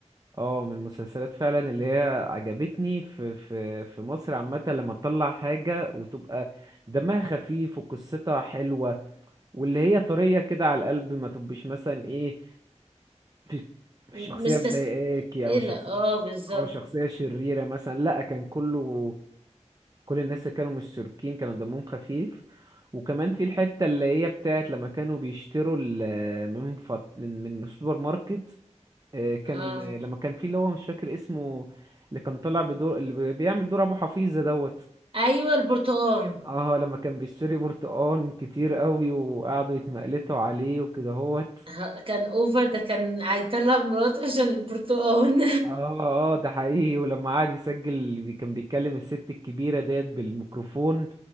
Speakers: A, on the right; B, on the right.
A: اه من المسلسلات فعلا اللي هي عجبتني في في في مصر عامة لما تطلع حاجة وتبقى دمها خفيف وقصتها حلوة واللي هي طرية كده على القلب ما تبقش مثلا ايه في في
B: مستسئلة
A: شخصية مضايقاكي او شخصية
B: اه بالظبط
A: او شخصية شريرة مثلا لا كان كله كل الناس اللي كانوا مشتركين كانوا دمهم خفيف وكمان في الحتة اللي هي بتاعت لما كانوا بيشتروا ال- من فط... من من السوبر ماركت آه، كان
B: اه
A: لما كان في اللي هو مش فاكر اسمه اللي كان طالع بدور اللي بي- بيعمل دور ابو حفيظة دوت
B: ايوه البرتقال
A: اه لما كان بيشتري برتقان كتير قوي وقعدوا يتمقلتوا عليه وكده هوت
B: ه- كان اوفر ده كان هيطلق مراته عشان البرتقال
A: اه اه ده حقيقي ولما قعد يسجل بي- كان بيتكلم الست الكبيرة ديت بالميكروفون